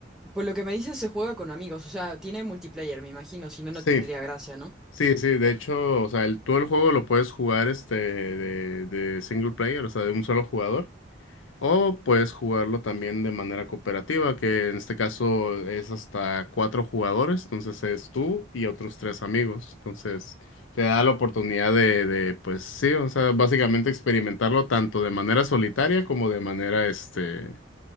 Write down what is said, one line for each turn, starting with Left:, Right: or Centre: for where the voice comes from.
Centre: por lo que me dices, se juega con amigos. O sea, tiene multiplayer, me imagino. Si no, no
Left: sí,
Centre: tendría gracia, ¿no?
Left: sí, sí. De hecho, o sea, el, tú el juego lo puedes jugar, este, de, de single player, o sea, de un solo jugador. O puedes jugarlo también de manera cooperativa, que en este caso es hasta cuatro jugadores, entonces es tú y otros tres amigos. Entonces te da la oportunidad de, de, pues sí, o sea, básicamente experimentarlo tanto de manera solitaria como de manera, este,